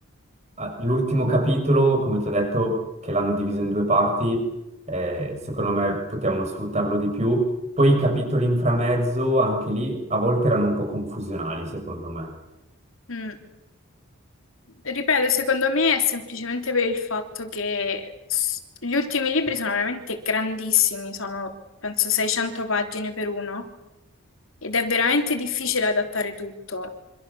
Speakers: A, on the right (about 30°); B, on the left (about 70°).
A: ah, l'ultimo capitolo, come ti ho detto, che l'hanno diviso in due parti, eh, secondo me potevano sfruttarlo di più. Poi i capitoli in framezzo, anche lì, a volte erano un po' confusionali, secondo me.
B: Mm. Ripeto, secondo me è semplicemente per il fatto che s- gli ultimi libri sono veramente grandissimi, sono penso 600 pagine per uno. ed è veramente difficile adattare tutto.